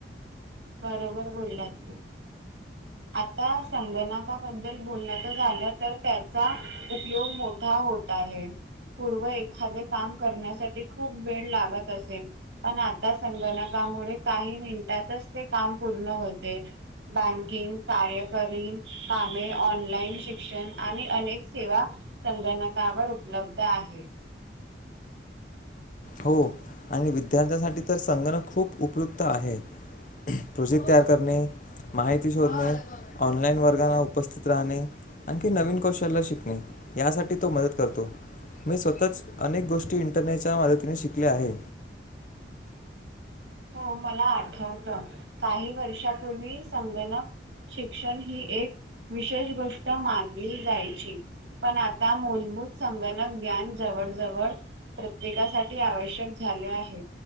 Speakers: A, on the right; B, on the left.
A: बरोबर बोललात. आता संगणकाबद्दल बोलण्याचं झालं तर त्याचा उपयोग मोठा होत आहे. पूर्व एखादे काम करण्यासाठी खूप वेळ लागत असे, पण आता संगणका मुळे काही मिनटातच ते काम पूर्ण होते, बँकिंग कार्यकरी, कामे, ऑनलाईन शिक्षण आणि अनेक सेवा संगणका कावर उपलब्ध आहे.
B: हो, आणि विद्यार्थ्यांसाठी तर संगणक खूप उपयुक्त आहे. प्रोजेक्ट तयार करणे माहिती शोधणे, ऑनलाईन वर्गांना उपस्थित राहणे आणखी नवीन कोश ले शिकणे, यासाठी तो मदत करतो, मी स्वतःच अनेक गोष्टी इंटरनेटच्या मदत ने शिकले आहे.
A: हो मला आठवत काही वर्षापूर्वी संगणक शिक्षण ही एक विशेष गोष्ट मानली जायची पण आता मूलभूत संगणक ग्यान जवळ जवळ प्रत्येकासाठी आवश्यक झाले आहे